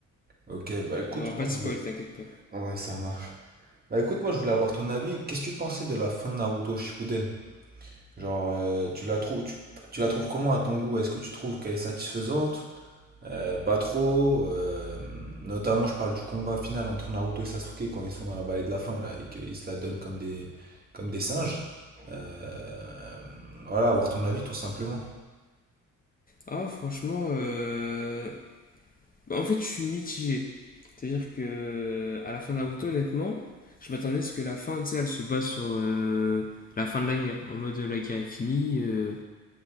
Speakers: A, on the right; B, on the left.
A: Ok, bah écoute,
B: il n'y aura
A: moi
B: pas
A: je
B: de spoil,
A: voulais.
B: t'inquiète pas.
A: Ouais, ça marche. Bah écoute, moi je voulais avoir ton avis. Qu'est-ce que tu pensais de la fin de Naruto Shippuden? Genre, euh, tu la trouves, tu, tu la trouves comment à ton goût? Est-ce que tu trouves qu'elle est satisfaisante? Euh, pas trop. euh, notamment, je parle du combat final entre Naruto et Sasuke quand ils sont dans la vallée de la fin là, et qu'ils se la donnent comme des, comme des singes. Euh, voilà, avoir ton avis tout simplement.
B: Ah, franchement, euh... bah, en fait, je suis mitigé. C'est-à-dire que, à la fin de Naruto, honnêtement, je m'attendais à ce que la fin, tu sais, elle se base sur euh, la fin de la guerre. En mode, euh, la guerre est finie. euh,